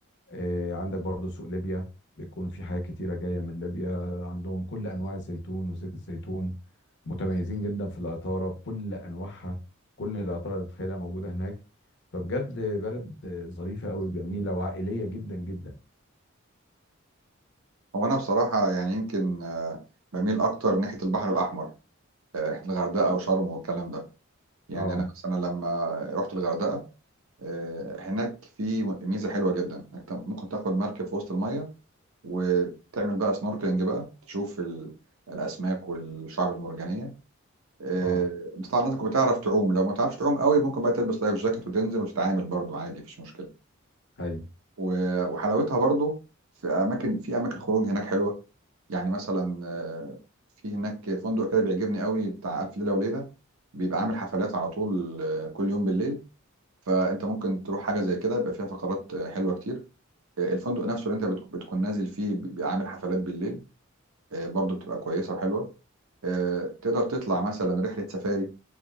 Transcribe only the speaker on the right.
هو انا بصراحة يعني يمكن آه، بميل اكتر ناحية البحر الاحمر آه، ناحية الغردقة وشرم والكلام ده يعني
انا مثلا لما رحت الغردقة آه، هناك في ميزة حلوة جدا انت ممكن تاخد مركب في وسط المية وتعمل بقى سنوركلينج بقى تشوف ال... الاسماك والشعب المرجانية آه،
بس طبعا لازم تكون بتعرف تعوم لو ما تعرفش تعوم قوي ممكن بقى تلبس لايف جاكيت وتنزل وتتعامل برضو عادي مفيش مشكلة
و- وحلاوتها برضو في اماكن في اماكن خروج هناك حلوه يعني مثلا آه، في هناك فندق كده بيعجبني قوي بتاع الف ليله وليله بيبقى عامل حفلات على طول آه، كل يوم بالليل فانت ممكن تروح حاجه زي كده يبقى فيها فقرات آه، حلوه كتير آه، الفندق نفسه اللي انت بتك- بتكون نازل فيه بيبقى عامل حفلات بالليل آه، برضو بتبقى كويسه وحلوه آه، تقدر تطلع مثلا رحله سفاري